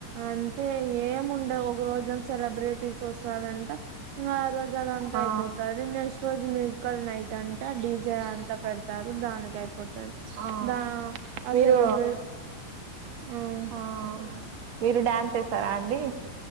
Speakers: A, on the right (about 90°); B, on the right (about 50°).
A: అంతే ఏం ఉండవు ఒక రోజు సెలబ్రిటీస్ వస్తారంట. ఇంగ ఆ రోజు అంతా
B: ఆ
A: అయిపోతది. నెక్స్ట్ రోజు మ్యూజికల్ నైట్ అంటే డి. జే అంతా పెడతారు దానికి అయిపోతది.
B: ఆ
A: ద ఆ
B: మీరు
A: సెలబ్రిట్ ఉహ్మ్
B: ఆ మీరు డ్యాన్స్ ఏస్తారా అండి.